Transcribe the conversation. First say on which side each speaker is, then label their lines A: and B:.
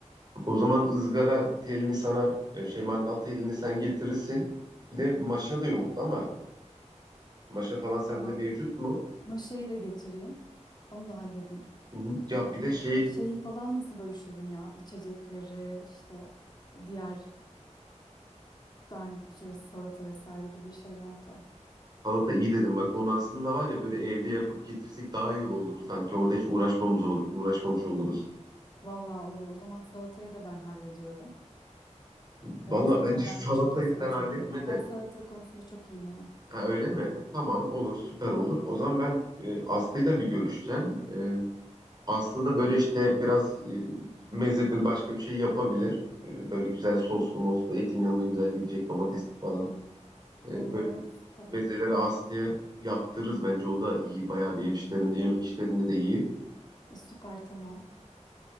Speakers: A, on the right; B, on the left.
A: o zaman ızgara telini sana e, şey mangal telini sen getirirsin. Bir de maşa da yoktu ama maşa falan sende
B: Tamam.
A: mevcut mu?
B: Maşayı da getireyim. Onu da halledeyim.
A: Hı hı. Ya bir de şey
B: E, şeyi falan nasıl bölüşelim ya? İçecekleri işte diğer Garnitür ve salata vesaire gibi şeyler de.
A: salata iyi dedim bak onu aslında var ya böyle evde yapıp getirsek daha iyi olur sanki. Orada hiç uğraşmamız olur, uğraşmamış oluruz.
B: Vallahi olur. O zaman salatayı da ben hallediyorum.
A: Valla
B: Ee, zaten
A: bence <laughs>
B: ben
A: salatayı
B: çok iyi salata
A: sen halletme
B: yaparım.
A: de.
B: Ben salata konusunda çok iyiyim ama.
A: Ha, öyle mi? Tamam olur süper olur. O zaman ben e, Aslı'yla bir görüşeceğim. E, Aslı da böyle işte biraz e, mezedir başka bir şey yapabilir. E, böyle güzel soslu moslu etin yanına güzel gidecek domatesli falan. E,
B: Oo
A: böyle
B: süper.
A: mezeleri Aslı'ya yaptırırız. Bence o da iyi. Bayağı bir ev işlerinde
B: İyi.
A: yemek işlerinde de iyi.
B: E, süper tamam.